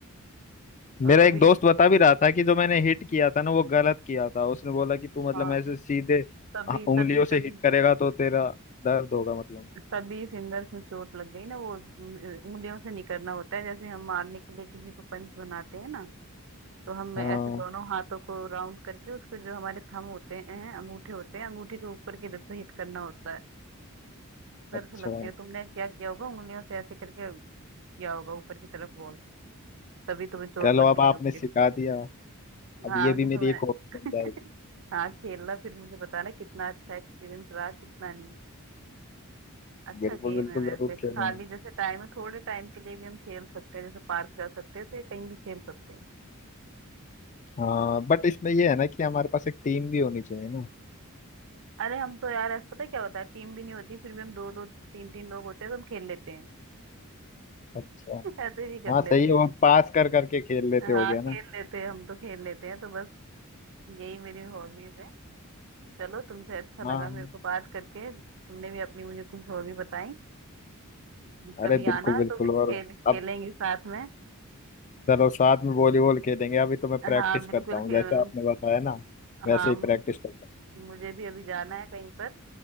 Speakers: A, on the right (about 60°); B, on the left (about 35°).
A: और
B: मेरा
A: कभी
B: एक दोस्त बता भी रहा था कि जो मैंने हिट किया था ना वो गलत किया था उसने बोला कि तू मतलब
A: हाँ
B: ऐसे सीधे
A: तभी
B: हाँ, उंगलियों
A: तभी
B: से
A: तभी
B: हिट करेगा तो तेरा दर्द होगा मतलब
A: तभी फिंगर्स में चोट लग गई ना वो उंगलियों से नहीं करना होता है जैसे हम मारने के लिए किसी को पंच बनाते हैं ना तो हम
B: हाँ
A: ऐसे दोनों हाथों को राउंड करके उसके जो हमारे थंब होते हैं अंगूठे होते हैं अंगूठे के ऊपर की तरफ से हिट करना होता है उधर
B: अच्छा
A: से लगती है तुमने क्या किया होगा उंगलियों से ऐसे करके किया होगा ऊपर की तरफ बॉल तभी तुम्हें चोट
B: चलो
A: लग
B: अब
A: गई
B: आपने
A: होगी
B: सिखा दिया अब
A: हाँ
B: ये भी
A: देखो
B: मेरी
A: मैंने
B: एक हॉबी बन
A: <laughs>
B: जाएगी
A: हाँ खेलना फिर मुझे बताना कितना अच्छा एक्सपीरियंस रहा कितना नहीं अच्छा
B: बिल्कुल
A: गेम
B: बिल्कुल
A: है वैसे
B: जरूर
A: खाली
B: खेलूंगा
A: जैसे टाइम है थोड़े टाइम के लिए भी हम खेल सकते हैं जैसे पार्क जा सकते हैं तो ये कहीं भी खेल सकते हैं
B: हाँ बट इसमें ये है ना कि हमारे पास एक टीम भी होनी चाहिए ना
A: अरे हम तो यार ऐसा पता है क्या होता है टीम भी नहीं होती फिर भी हम दो दो तीन तीन लोग होते हैं तो हम खेल लेते हैं
B: अच्छा
A: <laughs> ऐसे भी कर
B: हाँ
A: लेते
B: सही है वो
A: हैं
B: पास कर करके खेल लेते
A: हाँ
B: हो गया ना
A: खेल लेते हैं हम तो खेल लेते हैं तो बस यही मेरी हॉबीज है चलो तुमसे अच्छा
B: हाँ
A: लगा मेरे को बात करके तुमने भी अपनी मुझे कुछ हॉबी बताई
B: अरे
A: कभी
B: बिल्कुल
A: आना
B: बिल्कुल
A: तो फिर खेल
B: और
A: खेलेंगे
B: अब
A: साथ में
B: चलो साथ में वॉलीबॉल खेलेंगे अभी तो मैं प्रैक्टिस
A: हाँ बिल्कुल
B: करता हूँ
A: खेल
B: जैसे आपने बताया ना वैसे
A: हाँ
B: ही
A: मु-
B: प्रैक्टिस करता
A: मुझे भी अभी जाना है कहीं पर